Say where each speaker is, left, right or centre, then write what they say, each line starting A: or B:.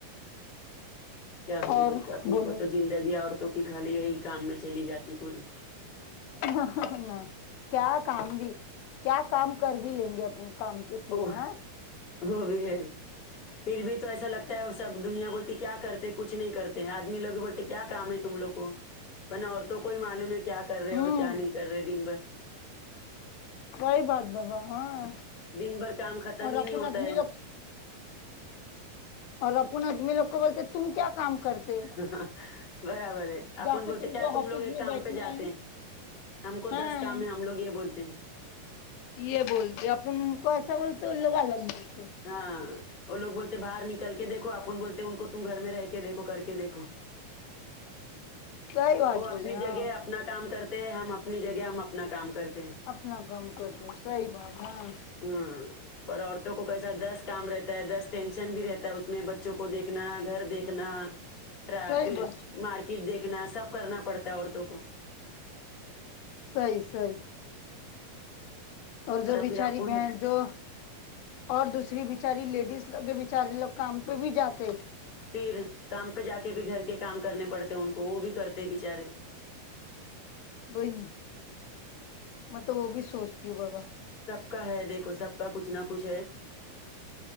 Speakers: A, on the left (about 25°); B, on the left (about 85°).
A: کیا بولیں
B: اور
A: اپنے
B: بولو
A: کو تو زندگی عورتوں کی خالی یہی کام میں چلی جاتی پوری
B: ہا ہا۔۔۔ آ۔ کیا کام بھی کیا کام کر بھی لیں گے اپن کام کے سیوا
A: وہ وہ بھی ہے پھر بھی تو ایسا لگتا ہے سب دنیا بولتی کیا کرتے کچھ نہیں کرتے آدمی لوگ بھی بولتے کیا کام ہے تم لوگ کو اپن عورتوں کو ہی معلوم ہے کیا کر رہے
B: ہوں
A: اور کیا نہیں کر رہے دن بھر
B: وہی بات بابا ہاں
A: دن بھر کام ختم
B: اور
A: ہی نہیں
B: اپن
A: ہوتا
B: آدمی
A: ہے
B: لوگ اور اپن ادمی لوگ بولتے تم کیا کام کرتے
A: ہ ہ برابر ہے اپن
B: جا
A: بولتے
B: کے
A: کیا
B: کو
A: تم
B: آفس
A: لوگ ایک
B: میں
A: کام
B: بیٹھنا
A: پہ جاتے
B: ہے
A: ہیں ہم کو دس
B: ہاں
A: کام ہے ہم لوگ یہ بولتے ہیں
B: یہ بولتے اپن کو ایسا بولتے تو ان لوگ الگ بولتے
A: ہاں وہ لوگ بولتے باہر نکل کے دیکھو اپن بولتے ہیں ان کو تم گھر میں رہ کے دیکھو کر کے دیکھو
B: صحیح بات
A: وہ اپنی
B: بولے ہاں
A: جگہ اپنا کام کرتے ہیں ہم اپنی جگہ ہم اپنا کام کرتے ہیں
B: اپنا کام کرتے صحیح بات ہے ہاں
A: ہوں پر عورتوں کو کیسا دس کام رہتا ہے دس ٹینشن بھی رہتا ہے اس میں بچوں کو دیکھنا گھر دیکھنا راہ
B: صحیح
A: پھر
B: بات
A: مارکیٹ دیکھنا سب کرنا پڑتا ہے عورتوں کو
B: صحیح صحیح اور جو بچاری
A: پھر اپن
B: بہن جو اور دوسری بیچاری لیڈیز لوگ کے بیچارے لوگ کام پہ بھی جاتے
A: پھر کام پہ جا کے بھی گھر کے کام کرنے پڑتے ان کو وہ بھی کرتے بچارے
B: وہی میں تو وہ بھی سوچتی ہوں بابا
A: سب کا ہے دیکھو سب کا کچھ نہ کچھ ہے